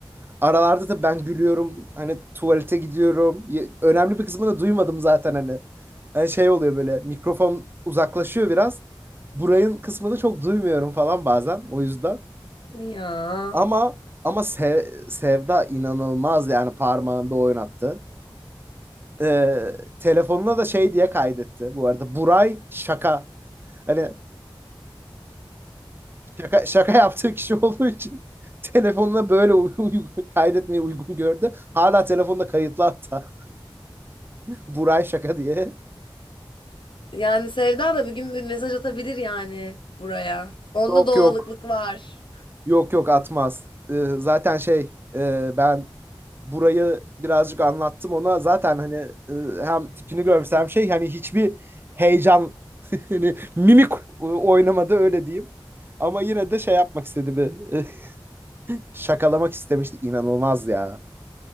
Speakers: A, on the right (about 25°); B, on the left (about 65°).
A: aralarda da ben gülüyorum. Hani tuvalete gidiyorum. Ye- Önemli bir kısmını da duymadım zaten hani. Hani şey oluyor böyle mikrofon uzaklaşıyor biraz. Burayın kısmını çok duymuyorum falan bazen o yüzden.
B: Ya.
A: Ama ama Se- Sevda inanılmaz yani parmağında oynattı. Ee, telefonuna da şey diye kaydetti. Bu arada Buray şaka. Hani <laughs> şaka, şaka yaptığı kişi olduğu için <laughs> telefonuna böyle uy- uy- kaydetmeyi uygun gördü. Hala telefonda kayıtlı hatta. Buray şaka diye.
B: Yani Sevda da bir gün bir mesaj atabilir yani buraya. Onda
A: Yok
B: doğallıklık
A: yok.
B: var.
A: Yok yok atmaz. Ee, zaten şey e, ben burayı birazcık anlattım ona. Zaten hani e, hem tipini görsem şey hani hiçbir heyecan <laughs> hani mimik e, oynamadı öyle diyeyim. Ama yine de şey yapmak istedi bir <laughs> şakalamak istemişti. İnanılmaz ya.